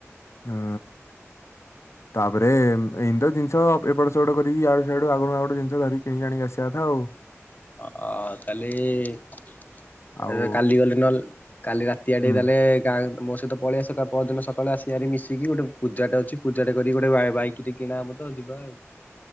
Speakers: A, on the left; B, on the left.
A: ଉଁ। ତାପରେ ଏମିତ ତ ଜିନିଷ ଅ ଏପଟ ସେପଟ କରିକି ଇଆଡୁ ସିଆଡୁ ଆଗୁଡ ମାଗୁଡ଼ୁ ଜିନିଷ ଧରିକି କିଣିକି ଆଣିକି ଆସିବା କଥା ଆଉ।
B: ଅ କାଲି ଏ
A: ଆଉ
B: କାଲିଗଲେ ନହେଲେ। କାଲି ରାତି ଆଡ଼ିକି
A: ହୁଁ
B: ଗଲେ ଗାଁ ମୋ ସହିତ ପଳେଇ ଆଶିବ ପରଦିନ ସକାଳେ ଆସିବା ହାରି ମିଶିକି ଗୋଟେ ପୂଜାଟେ ଅଛି ପୂଜାଟେ କରିକି ଗୋଟେ ବାଇକ ଟେ କିଣା ହବ ତ ଯିବା ଆଉ।